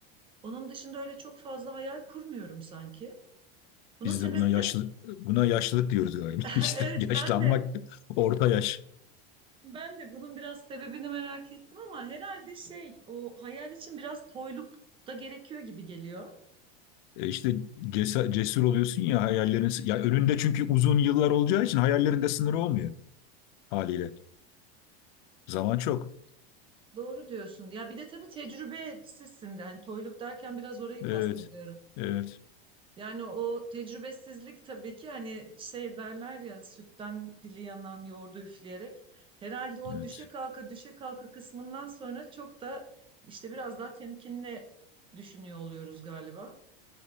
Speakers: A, on the right; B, on the left.
A: Onun dışında öyle çok fazla hayal kurmuyorum sanki. Bunun
B: biz
A: sebebi
B: de buna yaşlı
A: de
B: buna yaşlılık diyoruz galiba.
A: <laughs>
B: <laughs> İşte
A: evet
B: yaşlanmak
A: ben de
B: orta yaş.
A: Ben de bunun biraz sebebini merak ettim ama herhalde şey o hayal için biraz toyluk da gerekiyor gibi geliyor.
B: E İşte cesa- cesur oluyorsun ya hayallerin ya önünde çünkü uzun yıllar olacağı için hayallerinde sınırı olmuyor haliyle. Zaman çok.
A: Doğru diyorsun. Ya bir de tabii tecrübesizsin de hani toyluk derken biraz orayı kastediyorum.
B: Evet. Evet.
A: Yani o tecrübesizlik tabii ki hani şey derler ya sütten dili yanan yoğurdu üfleyerek. Herhalde o
B: Evet.
A: düşe kalka düşe kalka kısmından sonra çok da işte biraz daha temkinli düşünüyor oluyoruz galiba.